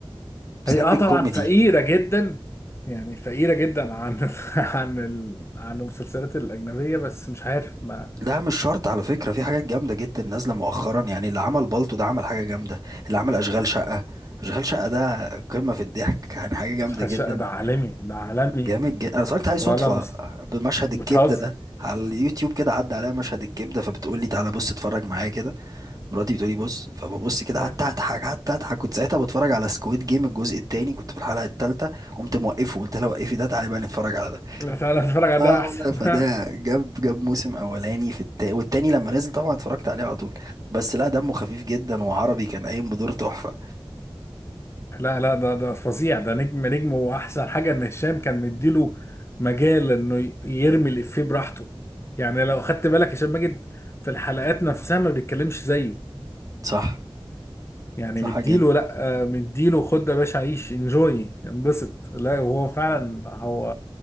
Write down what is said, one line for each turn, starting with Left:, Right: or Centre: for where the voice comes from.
Right: بتحب
Left: هي اه
Right: الكوميدي
Left: طبعا فقيره جدا يعني فقيره جدا عن <laughs> عن ال... عن المسلسلات الاجنبيه بس مش عارف ما
Right: لا مش شرط على فكرة في حاجات جامدة جدا نازلة مؤخرا يعني اللي عمل بالطو ده عمل حاجة جامدة اللي عمل أشغال شقة أشغال شقة ده قمة في الضحك يعني حاجة جامدة جدا
Left: مش- ده عالمي ده عالمي
Right: جامد جدا أنا اتفرجت عليه صدفة
Left: ولا مست...
Right: بمشهد
Left: بتهزر
Right: الكبدة ده على اليوتيوب كده عدى عليا مشهد الكبدة فبتقول لي تعالى بص اتفرج معايا كده مراتي بتقول لي بص فببص كده
Left: ها،
Right: قعدت أضحك قعدت أضحك كنت ساعتها بتفرج على سكويد جيم الجزء التاني كنت في الحلقة التالتة قمت موقفه قلت لها وقفي ده تعالي بقى نتفرج على ده
Left: لا تعالى نتفرج على
Right: اه
Left: ده احسن
Right: والله فده
Left: <laughs>
Right: جاب جاب موسم اولاني في التا... والتاني لما نزل طبعا اتفرجت عليه على طول بس لا دمه خفيف جدا وعربي كان قايم بدور تحفة
Left: لا لا ده ده فظيع ده نجم نجم واحسن حاجه ان هشام كان مديله مجال انه ي- يرمي الافيه براحته يعني لو خدت بالك هشام ماجد في الحلقات نفسها ما بيتكلمش زيه
Right: صح
Left: يعني
Right: صح
Left: مديله
Right: جدا
Left: لا آه، مديله خد يا باشا عيش انجوي انبسط لا هو فعلا هو